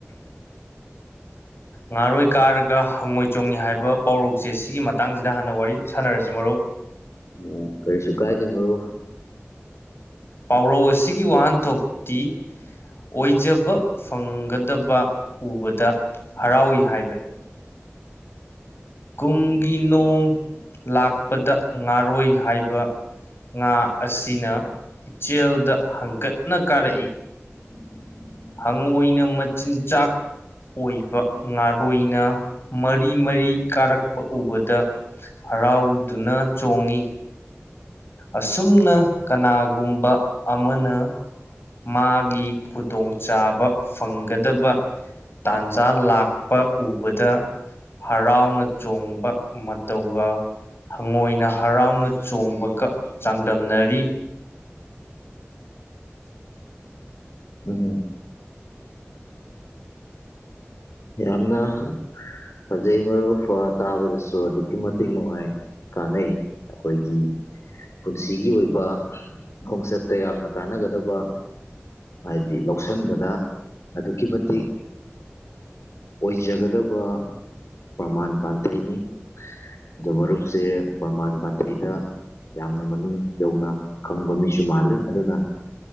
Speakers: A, on the left; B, on the left.
A: ꯉꯥꯔꯣꯏ ꯀꯥꯔꯒ ꯍꯪꯉꯣꯏ ꯆꯣꯡꯉꯤ ꯍꯥꯏꯕ ꯄꯥꯎꯔꯧꯁꯦ ꯁꯤꯒꯤ ꯃꯇꯥꯡꯁꯤꯗ ꯍꯥꯟꯅ ꯋꯥꯔꯤ ꯁꯥꯟꯅꯔꯁꯦ ꯃꯔꯨꯞ
B: ꯑꯣ ꯀꯔꯤꯁꯨꯨꯀꯥꯏꯗꯦ ꯃꯔꯨꯞ
A: ꯄꯥꯎꯔꯧ ꯑꯁꯤꯒꯤ ꯋꯥꯍꯟꯊꯣꯛꯇꯤ ꯑꯣꯏꯖꯕ ꯐꯪꯒꯗꯕ ꯎꯕꯗ ꯍꯔꯥꯎꯋꯤ ꯍꯥꯏꯕꯅꯤ ꯀꯨꯝꯒꯤ ꯅꯣꯡ ꯂꯥꯛꯄꯗ ꯉꯥꯔꯣꯏ ꯍꯥꯏꯕ ꯉꯥ ꯑꯁꯤꯅ ꯏꯆꯦꯜꯗ ꯍꯪꯀꯠꯅ ꯀꯥꯔꯛꯏ
B: <inaudible>
A: ꯍꯪꯉꯣꯏꯅ ꯃꯆꯤꯟꯖꯥꯛ ꯑꯣꯏꯕ ꯉꯥꯔꯣꯏꯅ ꯃꯔꯤ ꯃꯔꯤ ꯀꯥꯔꯛꯄ ꯎꯕꯗ ꯍꯔꯥꯎꯗꯨꯅ ꯆꯣꯡꯉꯤ ꯑꯁꯨꯝꯅ ꯀꯅꯥꯒꯨꯝꯕ ꯑꯃꯅ ꯃꯥꯒꯤ ꯈꯨꯗꯣꯡꯆꯥꯥꯕ ꯐꯪꯒꯗꯕ ꯇꯥꯟꯖꯥ ꯂꯥꯛꯄ ꯎꯕꯗ ꯍꯔꯥꯎꯅ ꯆꯣꯡꯕ ꯃꯇꯧꯒ ꯍꯪꯉꯣꯏꯅ ꯍꯔꯥꯎꯅ ꯆꯣꯡꯕꯒ ꯆꯥꯡꯗꯝꯅꯔꯤ
B: ꯎꯝ ꯍꯨꯝ ꯌꯥꯝꯅ ꯐꯖꯩ ꯃꯔꯨꯞ ꯑꯥ ꯇꯥꯕꯗꯁꯨ ꯑꯗꯨꯛꯀꯤ ꯃꯇꯤꯛ ꯅꯨꯡꯉꯥꯏ ꯀꯥꯟꯅꯩ ꯑꯩꯈꯣꯏꯒꯤ ꯄꯨꯟꯁꯤꯒꯤ ꯑꯣꯏꯕ ꯈꯣꯡꯆꯠꯇ ꯌꯥꯝꯅ ꯀꯥꯟꯅꯒꯗꯕ ꯍꯥꯏꯗꯤ ꯂꯧꯁꯤꯟꯕꯗ ꯑꯗꯨꯛꯀꯤ ꯃꯇꯤꯛ ꯑꯣꯏꯖꯒꯗꯕ ꯄ꯭ꯔꯃꯥꯟ ꯄꯥꯟꯊꯩꯅꯤ ꯑꯗꯣ ꯃꯔꯨꯞꯁꯦ ꯄ꯭ꯔꯃꯥꯟ ꯄꯥꯟꯊꯩꯗ ꯌꯥꯝꯅ ꯃꯅꯨꯡ ꯌꯧꯅ ꯈꯪꯕ ꯃꯤꯁꯨ ꯃꯥꯜꯂꯤ ꯑꯗꯨꯅ